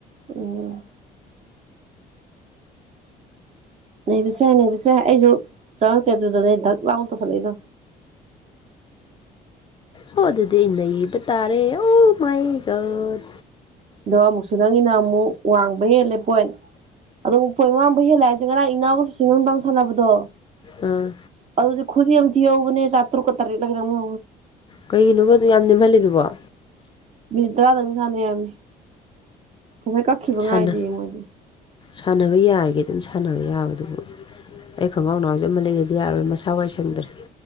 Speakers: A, on the right; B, on the left.
A: ꯎ ꯅꯩꯕꯁ ꯌꯥꯏ ꯅꯩꯕꯁ ꯌꯥꯦꯏ ꯑꯩꯁꯨ ꯆꯪꯉꯛꯇꯦ ꯑꯗꯨꯗꯅꯦ ꯑꯩ ꯙꯛ ꯂꯥꯛꯅ ꯇꯧꯁꯤꯜꯂꯛꯏꯗꯣ
B: ꯑꯣ ꯑꯗꯨꯗꯤ ꯑꯩꯅ ꯏꯕ ꯇꯥꯔꯦ ꯑꯣ ꯃꯥꯏꯒꯠ
A: ꯑꯗꯣ ꯑꯃꯨꯛꯁꯨ ꯅꯪꯒꯤꯅ ꯑꯃꯨꯛ ꯋꯥꯡꯕ ꯍꯦꯜꯂꯦ ꯄꯣꯏꯟ ꯑꯗꯣ ꯃꯛꯄꯣꯏ ꯉꯥꯡꯕꯨ ꯍꯦꯜꯂꯑꯏꯁꯦ ꯉꯔꯥꯡ ꯏꯅꯥꯎꯒꯁꯨ ꯥꯡ ꯁꯥꯟꯅꯕꯗꯣ
B: ꯑꯥ
A: ꯑꯗꯨꯗꯤ ꯈꯨꯗꯤ ꯑꯃ ꯊꯤꯍꯧꯕꯅꯦ ꯆꯥꯇꯔꯨꯛ ꯇꯔꯦꯠꯂꯒ ꯑꯃ
B: ꯀꯩꯒꯤꯅꯣꯕꯗꯣ ꯌꯥꯝ ꯅꯦꯝꯍꯜꯂꯤꯕꯕꯣ
A: ꯃꯤꯅꯤꯠ ꯇꯔꯥꯗꯪ ꯁꯥꯟꯅꯩꯔꯃꯤ ꯐꯇ ꯀꯛꯈꯤꯕ
B: ꯁꯥꯟꯅ
A: ꯉꯥꯏꯗꯦ ꯃꯣꯏꯗꯤ
B: ꯁꯥꯟꯅꯕ ꯌꯥꯔꯤꯒꯦ ꯑꯗꯨꯝ ꯁꯥꯟꯅꯕ ꯌꯥꯕꯗꯨꯕꯨ ꯑꯩ ꯈꯣꯡꯒꯥꯎ ꯅꯥꯎꯁ ꯑꯃ ꯂꯩꯕꯗꯤ ꯌꯥꯔꯣꯏ ꯃꯁꯥ ꯋꯥꯏ ꯁꯪꯗ꯭ꯔꯦ